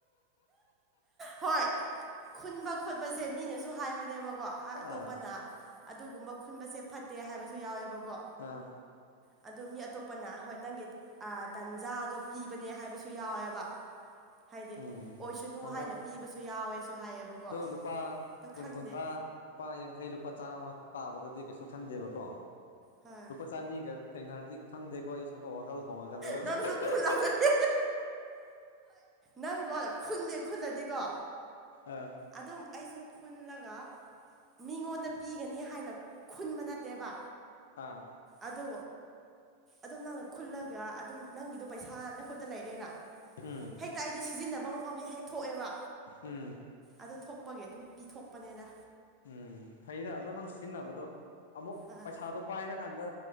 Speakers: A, on the right; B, on the left.
A: ꯍꯣꯏ ꯈꯨꯟꯕ ꯈꯣꯠꯄꯁꯦ ꯃꯤꯅꯁꯨ ꯍꯥꯏꯕꯅꯦꯕꯀꯣ ꯑꯇꯣꯞꯄꯅ
B: ꯑꯥ
A: ꯑꯗꯨꯒꯨꯝꯕ ꯈꯨꯟꯕꯁꯦ ꯐꯠꯇꯦ ꯍꯥꯏꯕꯁꯨ ꯌꯥꯎꯋꯦꯕꯀꯣ
B: ꯑꯥ
A: ꯑꯗꯣ ꯃꯤ ꯑꯇꯣꯞꯄꯅ ꯍꯣꯏ ꯅꯪꯒꯤ ꯑꯥ ꯇꯟꯖꯥꯗꯣ ꯄꯤꯕꯅꯦ ꯍꯥꯏꯕꯁꯨ ꯌꯥꯎꯋꯦꯕ ꯍꯥꯏꯗꯤ
B: ꯎꯝ
A: ꯑꯣꯏꯁꯅꯨ ꯍꯥꯏꯅ
B: ꯑꯗꯣ
A: ꯄꯤꯕꯁꯨ ꯌꯥꯎꯋꯦꯁꯨ ꯍꯥꯏꯌꯦꯕꯀꯣ ꯑꯗꯣ
B: ꯂꯨꯄꯥ
A: ꯈꯪꯗꯦ
B: ꯀꯨꯟ ꯀꯨꯟꯊ꯭ꯔꯥ ꯂꯨꯄꯥ ꯌꯥꯡꯈꯩ ꯂꯨꯄꯥ ꯆꯥꯝꯃ ꯇꯥꯕꯗꯗꯤ ꯀꯩꯁꯨ ꯈꯟꯗꯦꯕꯀꯣ
A: ꯍꯣꯏ
B: ꯆꯅꯤꯒ ꯊꯦꯡꯅꯔꯗꯤ ꯈꯪꯗꯦꯀꯣ ꯑꯩꯁꯀꯣ ꯋꯥꯈꯜ ꯍꯣꯡꯉꯛꯒꯗ꯭ꯔ <unintelligible>
A: ꯅꯪꯁꯨ ꯈꯨꯜꯂꯛꯀꯅꯤ ꯅꯪꯒꯣ ꯈꯨꯟꯅꯦ ꯈꯨꯜꯂꯗꯤꯀꯣ
B: ꯑꯥ
A: ꯑꯗꯨꯝ ꯑꯩꯁꯨ ꯈꯨꯟꯂꯒ ꯃꯤꯉꯣꯟꯗ ꯄꯤꯒꯅꯤ ꯍꯥꯏꯅ ꯈꯨꯟꯕ ꯅꯠꯇꯦꯕ
B: ꯑꯥ
A: ꯑꯗꯣ ꯑꯗꯨꯝ ꯅꯪꯅ ꯈꯨꯜꯂꯒ ꯑꯗꯨꯝ ꯅꯪꯒꯤ ꯑꯗꯨ ꯄꯩꯁꯥ ꯅꯈꯨꯠꯇ ꯂꯩꯔꯦꯅ
B: ꯎꯝ
A: ꯍꯦꯛꯇ ꯑꯩꯗꯤ ꯁꯤꯖꯤꯟꯅꯕ ꯃꯐꯝ ꯍꯦꯛ ꯍꯦꯛ ꯊꯣꯛꯑꯦꯕ
B: ꯎꯝ
A: ꯑꯗꯨ ꯊꯣꯛꯄꯒꯤ ꯑꯗꯨꯝ ꯄꯤꯊꯣꯛꯄꯅꯦꯗ
B: ꯎꯝ ꯐꯩꯗ ꯑꯗꯣ ꯅꯪ ꯁꯤꯖꯤꯟꯅꯕꯗꯣ ꯑꯃꯨꯛ
A: ꯑꯥ
B: ꯄꯩꯁꯥꯗꯣ ꯄꯥꯏꯔꯀꯥꯟꯗ